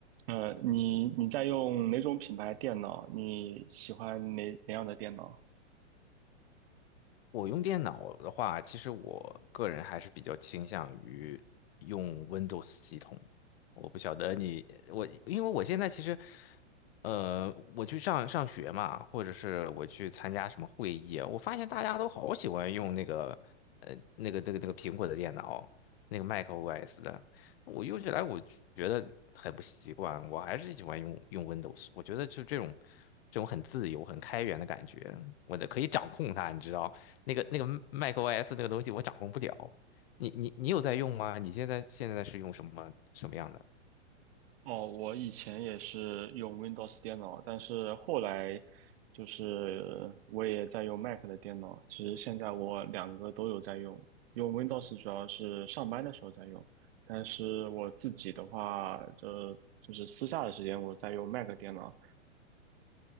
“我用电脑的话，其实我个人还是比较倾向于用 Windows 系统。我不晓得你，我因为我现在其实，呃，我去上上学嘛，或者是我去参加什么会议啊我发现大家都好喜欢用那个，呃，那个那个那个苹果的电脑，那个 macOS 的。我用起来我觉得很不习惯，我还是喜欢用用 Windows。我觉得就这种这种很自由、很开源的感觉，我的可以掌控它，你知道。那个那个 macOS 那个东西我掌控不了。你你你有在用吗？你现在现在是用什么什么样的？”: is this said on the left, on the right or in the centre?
Left